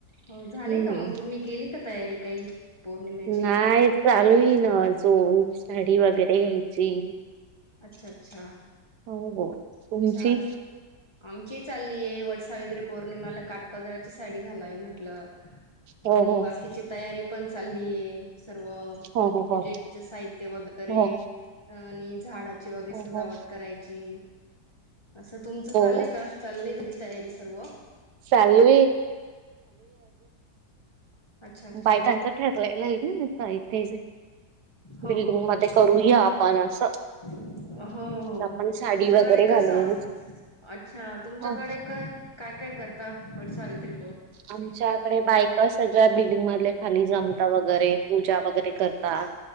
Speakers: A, on the left; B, on the right.
A: हो झाले
B: हम्म.
A: का मग तुम्ही केली का तयारी काही पौर्णिमेची
B: नाही चालू आहे ना अजून साडी वगैरे घ्यायची
A: अच्छा अच्छा
B: हो हो तुमची?
A: अच्छा आमची चालली आहे वटसावित्री पौर्णिमाला काट पदाराची साडी घालावी म्हटल आणि
B: हो हो
A: बाकीची तयारी पण चाललीय सर्व
B: हो हो
A: पूजेच
B: हो
A: साहित्य वगैरे
B: हो
A: आणि झाडाची वगैरे
B: हो
A: सजावट
B: हो
A: करायची अस तुमच झाल
B: हो
A: का झाली तयारी सर्व
B: चालू
A: अच्छा अच्छा
B: बायकांच ठरलेल आहे ना इथे
A: हो
B: बिल्डिंग
A: हो हो
B: मध्ये करूया आपण असं
A: हो हो
B: तर आपण
A: हो
B: साडी
A: तुमच्याकडे
B: वगैरे
A: कस
B: घालू
A: अच्छा तुमच्याकडे
B: अ,
A: काय काय काय करता वटसावत्री
B: आमच्याकडे बायक सगळ्या बिल्डिंग मधले खाली जमता वगैरे पूजा वगैरे
A: अच्छा
B: करता